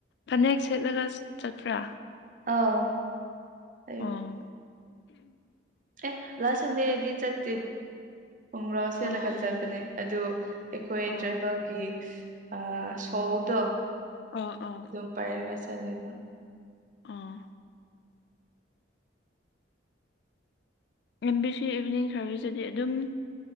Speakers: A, on the left; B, on the right.
A: ꯐꯅꯦꯛ ꯁꯦꯠꯂꯒ ꯆꯠꯄ꯭ꯔ
B: ꯑꯥꯎ ꯑꯩ
A: ꯑꫭ
B: ꯑꯦ ꯂꯥꯁ ꯁꯟꯗꯦꯗꯤ ꯆꯠꯇꯦ ꯈꫭꯡꯒ꯭ꯔꯥꯎ ꯁꯦꯠꯂꯒ
A: ꯑꯣ ꯑꯣ
B: ꯆꯠꯄꯅꯦ ꯑꯗꯨ ꯑꯩꯈꯣꯏ
A: ꯑꯣ
B: ꯇ꯭ꯔꯥꯏꯕꯦꯜꯒꯤ ꯑ ꯁꯣꯜꯗꯣ
A: ꯑꯥ ꯑꫭ
B: ꯑꯗꯨꯝ ꯄꯥꯏꯔꯒ ꯆꯂꯦꯕ
A: ꯑꯥ ꯂꯝꯕꯤ ꯁꯤ ꯏꯚꯤꯅꯤꯡ ꯁꯥꫪꯚꯤꯁꯇꯗꯤ ꯑꯗꯨꯝ